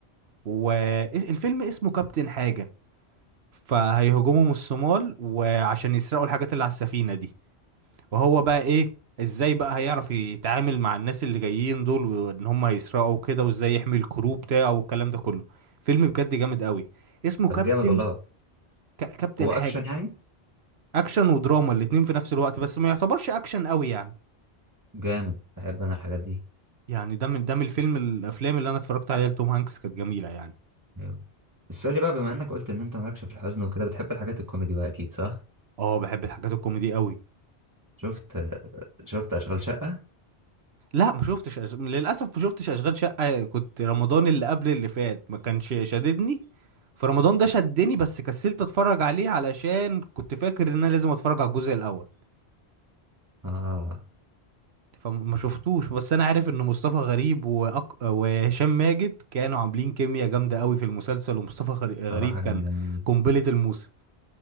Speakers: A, on the right; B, on the right.
A: والفيلم اسمه كابتن حاجة فهيهجموا من الصومال وعشان يسرقوا الحاجات اللي على السفينة دي وهو بقى ايه ازاي بقى هيعرف يتعامل مع الناس اللي جايين دول وان هم هيسرقوا كده وازاي يحمي الكرو بتاعه والكلام ده كله فيلم بجد جامد قوي اسمه
B: طب
A: كابتن
B: جامد والله
A: ك... كابتن
B: هو
A: حاجة
B: أكشن يعني
A: اكشن ودراما الاتنين في نفس الوقت بس ما يعتبرش اكشن قوي يعني
B: جامد بحب أنا الحاجات دي
A: يعني ده من ده من الفيلم الافلام اللي انا اتفرجت عليها لتوم هانكس كانت جميله يعني
B: أيوه بس قول لي بقى بما إنك قلت إن أنت مالكش في الحزن وكده بتحب الحاجات الكوميدي بقى أكيد صح
A: اه بحب الحاجات الكوميدي قوي
B: شفت شفت أشغال شقة
A: لا ما شفتش أش... للاسف ما شفتش اشغال شقه كنت رمضان اللي قبل اللي فات ما كانش شددني فرمضان ده شدني بس كسلت اتفرج عليه علشان كنت فاكر ان انا لازم اتفرج على الجزء الاول
B: آه
A: فما شفتوش بس انا عارف ان مصطفى غريب وأك... وهشام ماجد كانوا عاملين كيمياء جامده قوي في المسلسل ومصطفى غري- غريب
B: صراحة
A: كان
B: كان جميل
A: قنبله الموسم